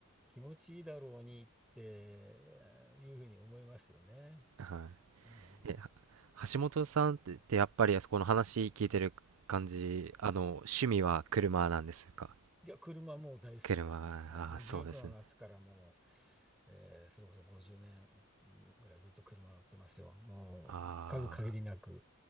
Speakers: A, in the centre; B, on the right.
A: 気持ちいいだろうにってえーいうふうに思いますよね。
B: は
A: えー
B: いえは橋本さんってってやっぱりあそこの話聞いてる感じあの趣味は車なんですか
A: いや、車もう大好きですね。
B: 車ああそうですね
A: はい、もう19の夏からもう、えーそれこそ50年ぐらいずっと車乗ってますよ。もう数限りなく
B: ああー